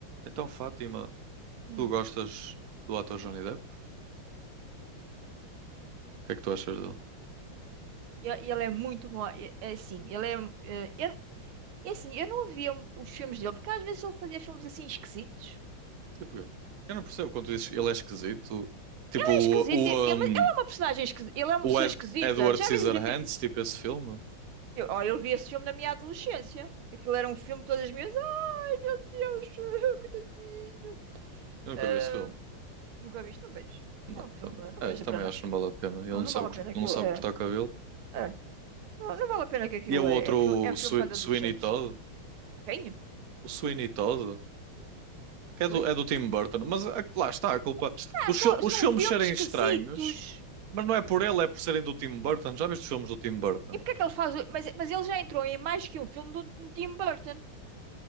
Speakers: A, on the right; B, on the right.
A: Então, Fátima,
B: Hum.
A: tu gostas do ator Johnny Depp? O que é que tu achas dele?
B: E e ele é muito bom. É é assim, ele é. eh, eu- é assim, eu não via um, os filmes dele, porque às vezes ele fazia filmes assim esquisitos.
A: Tipo, eu eu não percebo quando tu dizes ele é esquisito. Tipo,
B: Ele
A: o,
B: é esquisito,
A: o,
B: e- e- mas
A: um,
B: ele é uma personagem esquisita. Ele é uma
A: o
B: pessoa
A: Ed-
B: esquisita.
A: Edward
B: Já
A: Scissorhands,
B: às vezes. Entre...
A: tipo esse filme.
B: Eu, olha, eu vi esse filme na minha adolescência. Aquilo era um filme de todas as minhas. Ai, meu Deus, <laughs> coitadinho.
A: Eu nunca
B: Ah,
A: vi esse filme.
B: nunca viste? Não vejo.
A: Não,
B: É um filme,
A: também,
B: não
A: é,
B: presta
A: também
B: para nada.
A: acho que não vale a pena. Ele
B: Não,
A: não
B: não
A: sabe,
B: vale
A: cor-
B: a pena aquilo
A: não sabe
B: é.
A: cortar o cabelo.
B: é. Não, não vale a pena que aquilo
A: E é o outro,
B: é. É filme, é
A: o
B: filme
A: Swi-
B: para
A: Sweeney
B: adolescentes.
A: Todd.
B: Quem?
A: O Sweeney Todd, que é
B: Oi?
A: do, é do Tim Burton. Mas a- lá está a culpa.
B: Está,
A: Dos,
B: são,
A: fil- os
B: são
A: filmes
B: filmes
A: serem
B: esquisitos.
A: estranhos, mas não é por ele, é por serem do Tim Burton. Já viste os filmes do Tim Burton?
B: E porque é que ele faz. o- Mas, mas ele já entrou em mais que um filme do, do Tim Burton.